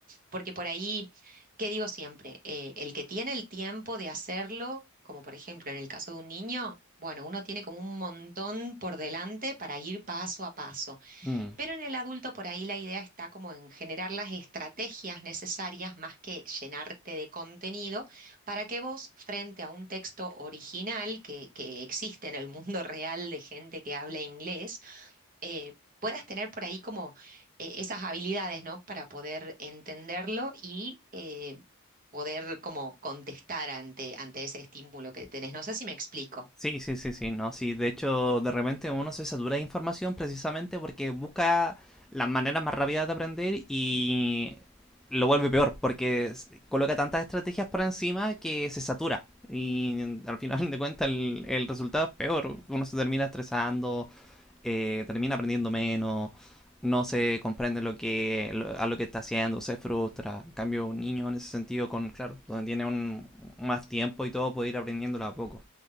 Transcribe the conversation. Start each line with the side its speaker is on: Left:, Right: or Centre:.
Right: Porque por ahí, ¿qué digo siempre? Eh, el que tiene el tiempo de hacerlo, como por ejemplo en el caso de un niño, bueno, uno tiene como un montón por delante para ir paso a paso.
Centre: Mm.
Right: Pero en el adulto por ahí la idea está como en generar las estrategias necesarias más que llenarte de contenido para que vos, frente a un texto original que, que existe en el mundo <laughs> real de gente que habla inglés, eh, puedas tener por ahí como eh, esas habilidades, ¿no? Para poder entenderlo y eh, poder como contestar ante, ante ese estímulo que tenés. No sé si me explico.
Centre: Sí, sí, sí, sí, no, sí. De hecho, de repente uno se satura de información precisamente porque busca las maneras más rápidas de aprender y lo vuelve peor, porque s- coloca tantas estrategias por encima que se satura. Y al final de cuentas el, el resultado es peor. Uno se termina estresando, eh, termina aprendiendo menos, no se comprende lo que, lo- a lo que está haciendo, se frustra. En cambio, un niño en ese sentido, con claro, donde tiene un, más tiempo y todo, puede ir aprendiéndolo a poco.